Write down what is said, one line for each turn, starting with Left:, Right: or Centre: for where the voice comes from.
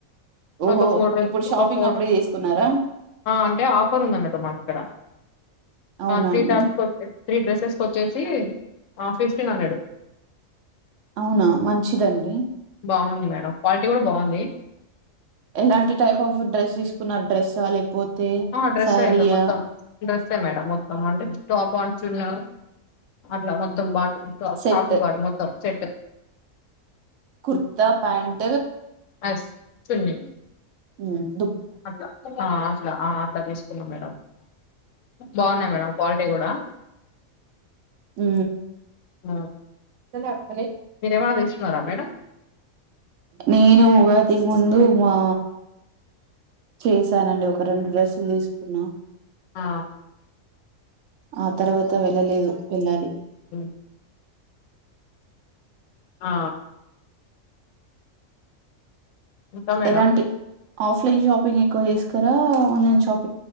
Right: ఓహో
Left: ఒక ఫోర్ డేస్
Right: ఇప్పుడు
Left: ఒక
Right: షాపింగ్
Left: ఫోర్డే
Right: అప్పుడే చేసుకున్నారా
Left: అంటే ఆఫర్ ఉందం కదా మాకు ఇక్కడ
Right: అవునా
Left: త్రీ
Right: అండి
Left: టాస్ వచ్చే త్రీ డ్రెస్సెస్కి వచ్చేసి ఫిఫ్టీన్ హండ్రెడ్
Right: అవునా మంచిదండి
Left: బాగుంది మేడం క్వాలిటీ కూడా బాగుంది
Right: ఎలాంటి టైప్ ఆఫ్ డ్రెస్సెస్ నా డ్రెస్ లేకపోతే తే
Left: ఆ డ్రెస్
Right: సారియా
Left: అయిపో మొత్తం డ్రెస్సే మేడం మొత్తం అంటే టాప్ అంట చున్న అట్లా మొత్తం పాటు ఎ అస్తాపు
Right: సెట్
Left: బడ్ మత్త చెట్
Right: కుర్తా ప్యాట్
Left: అస్ చుని
Right: ఉ
Left: అ ఆ అట్లా అట్లా తీసుకున్నాం మేడం బాగున్నాయి మేడం క్వాలిడే కూడా
Right: ఊ
Left: ఆ
Right: <unintelligible>
Left: మీరయా మనద ఉన్నారా మేడమ్
Right: నేను ఉగాదికి ముందు మా చేశానండి ఒక రెండు డ్రెస్సులు తీసుకున్నా
Left: ఆ
Right: ఆ తర్వాత వెళ్ళలేదు, వెళ్ళాలి
Left: ఉ ఆ ఇంకా మేడం
Right: ఎలాంటి ఆఫ్లైన్ షాపింగ్ ఎక్కువ చేస్కరా, ఆన్లైన్ షాప్